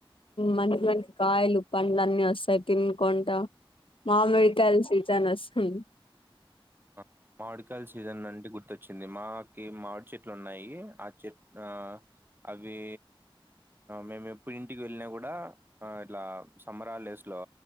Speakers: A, on the left (about 70°); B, on the right (about 20°).
A: మంచి మంచి కాయలు పండ్లు అన్ని వస్తాయి తినుకుంటా మామిడికాల సీజన్ వస్తుంది
B: ఆ మామిడికాయలు సీజన్ అంటే గుర్తొచ్చింది మాకి మామిడి చెట్లు ఉన్నాయి ఆ చెట్లు ఆ అవి మేము ఎప్పుడు ఇంటికి వెళ్ళినా కూడా ఇట్లా సమ్మర్ హాలిడేస్ లో